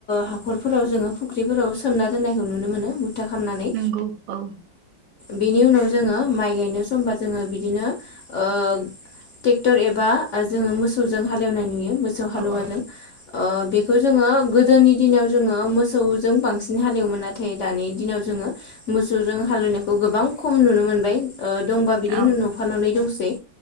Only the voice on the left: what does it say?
हाखरफोराव जोङो फुख्रिफोराव सोमना दोननायखौ नुनो मोनो। मुथा खालामनानै
बेनि उनाव जोङो माइ गायनो समबा जोङो बिदिनो ओ टेक्टर एबा जोङो मोसौ मोसौफोरजों हालेवनाय नुयो मोसौ हालौवाजों
ओ बेखौ जोङो गोदोनि दिनाव जोङो मोसौजों बांसिन हालेवोमोन नाथाय दानि दिनाव जोङो मोसौजों हालौवनायखौ गोबां खम नुनो मोनबाय ओ दंबा
बिदिनो नफा न'नै दंसै।